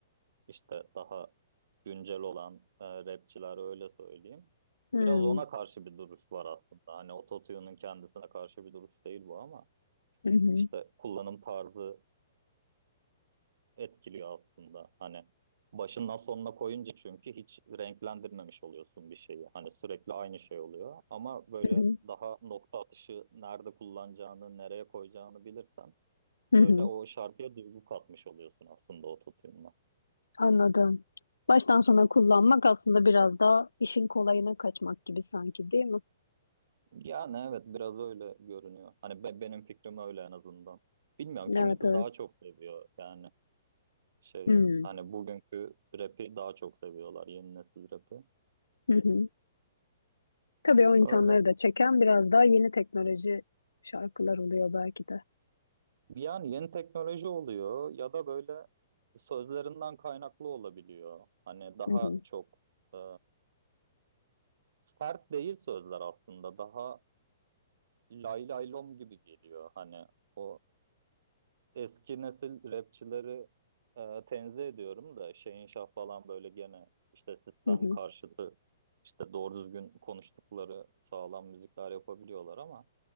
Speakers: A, on the right; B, on the left.
A: işte daha güncel olan e, rapçiler öyle söyleyeyim.
B: Hmm.
A: Biraz ona karşı bir duruş var aslında. Hani ototune'un kendisine karşı bir duruş değil bu ama
B: Hı hı.
A: işte kullanım tarzı etkiliyor aslında. Hani başından sonuna koyunca çünkü hiç renklendirmemiş oluyorsun bir şeyi. Hani sürekli aynı şey oluyor. Ama böyle
B: Hı hı.
A: daha nokta atışı nerede kullanacağını, nereye koyacağını bilirsen
B: Hı
A: böyle
B: hı.
A: o şarkıya duygu katmış oluyorsun aslında o tutunma
B: Anladım. Baştan sona kullanmak aslında biraz daha işin kolayına kaçmak gibi sanki değil mi?
A: Yani evet biraz öyle görünüyor. Hani be- benim fikrim öyle en azından. Bilmiyorum kimisi
B: Evet evet.
A: daha çok seviyor yani şey
B: Hmm.
A: hani bugünkü rap'i daha çok seviyorlar yeni nesil rap'i.
B: Hı hı. Tabii o insanları
A: Öyle.
B: da çeken biraz daha yeni teknoloji şarkılar oluyor belki de.
A: Yani yeni teknoloji oluyor ya da böyle sözlerinden kaynaklı olabiliyor. Hani daha
B: Hı hı.
A: çok e, sert değil sözler aslında. Daha lay lay lom gibi geliyor. Hani o eski nesil rapçileri e, tenzih ediyorum da Şeyin Şah falan böyle gene işte sistem
B: Hı hı.
A: karşıtı işte doğru düzgün konuştukları sağlam müzikler yapabiliyorlar ama